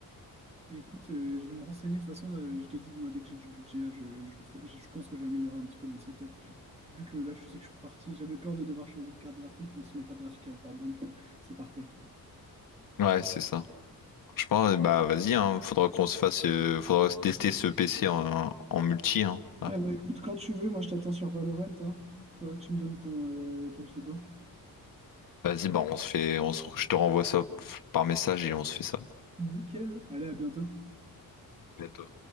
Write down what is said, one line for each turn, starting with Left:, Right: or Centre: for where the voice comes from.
Right: Écoute, euh, je vais me renseigner. De toute façon, là, je te dis, moi, dès que j'ai du budget, là, je, je, fais- je pense que je vais améliorer un petit peu mon setup. Je- vu que là, je sais que je suis reparti, j'avais peur de devoir changer de carte graphique, mais si ma carte graphique est encore bonne, c'est parfait.
Left: Ouais, c'est ça. Je pense, bah vas-y, hein, faudra qu'on se fasse, euh, faudra se tester ce PC en, en multi, hein. Voilà.
Right: Ah bah écoute, quand tu veux, moi je t'attends sur Valorant, hein. Faudra que tu me donnes ton, euh, ton pseudo.
Left: Vas-y, bah on se fait, on se- je te renvoie ça par message et on se fait ça.
Right: Nickel. Allez, à bientôt.
Left: À bientôt.